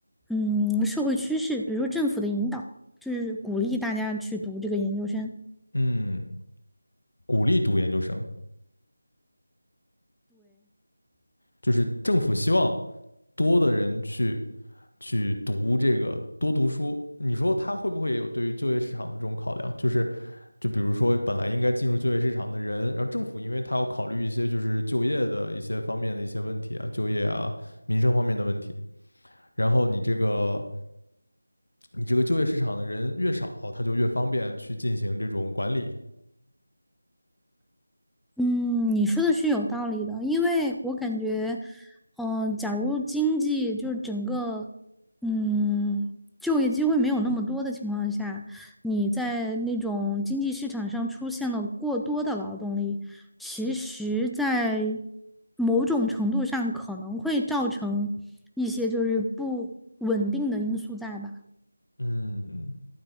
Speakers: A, in the centre; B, on the left.
A: 嗯社会趋势，比如说政府的引导。就是鼓励大家去读这个研究生。
B: 嗯，鼓励读研究生，就是政府希望多的人去去读这个多读书，你说他会不会也有对于就业市场的这种考量？就是就比如说本来应该进入就业市场的人，然后政府因为他要考虑一些就是就业的一些方面的一些问题啊，就业啊、民生方面的问题，然后你这个你这个就业市场的人越少，他就越方便去进行这种管理。
A: 嗯，你说的是有道理的，因为我感觉，嗯、假如经济就是整个，嗯，就业机会没有那么多的情况下，你在那种经济市场上出现了过多的劳动力，其实，在某种程度上可能会造成一些就是不稳定的因素在吧。
B: 嗯，